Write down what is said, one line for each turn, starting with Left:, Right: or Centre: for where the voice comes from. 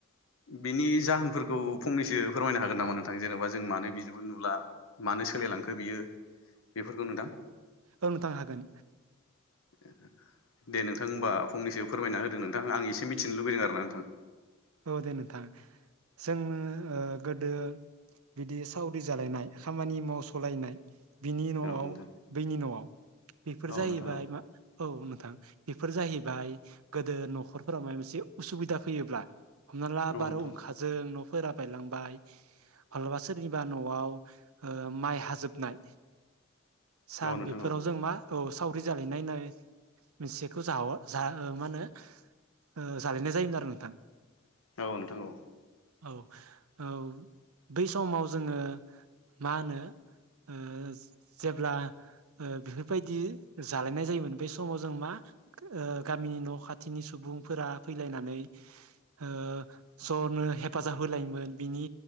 Left: बिनि जाहोनफोरखौ फंनैसो फोरमायनो हागोन नामा नोंथां जेन'बा जों मानो बिदिखौ नुला मानो सोलायलांखो बियो बेफोरखौ नोंथां
Right: औ नोंथां हागोन
Left: ओ दे नोंथां होमबा फंनैसो फोरमायना होदो नोंथां आं एसे मिथिनो लुबैदों आरो ना नोंथां
Right: औ दे नोंथां जों ओ गोदो बिदि सावरि जालायनाय खामानि मावस'लायनाय बिनि न'आव
Left: नोंथां
Right: बैनि न'आव बेफोर
Left: औ
Right: जाहैबाय
Left: नोंथां
Right: मा औ नों नोंथां‌ बेफोर जाहैबाय गोदो न'खरफोरा मायबा मोनसे उसुबिदा फैयोब्ला हमना ला
Left: औ
Right: बार'
Left: नोंथां
Right: हुंखाजों
Left: औ
Right: फोरा बायलांबाय माब्लाबा सोरनिबा न'आव ओ माइ हाजोबनाय सान
Left: औ नोंथां
Right: बेफोराव
Left: औ
Right: जों मा औ सावरि जालायनाय नाय मोनसेखौ जा मा होनो ओ जालायनाय जायोमोन आरो नोंथां
Left: औ नोंथां औ
Right: औ औ बै समाव जोङो मा होनो ओ जेब्ला ओ बेफोरबायदि जालायनाय जायोमोन बै समाव जों मा गामिनि न' खाथिनि सुबुंफोरा फैलायनानै ओ ज नो हेफाजाब होलायोमोन बिनि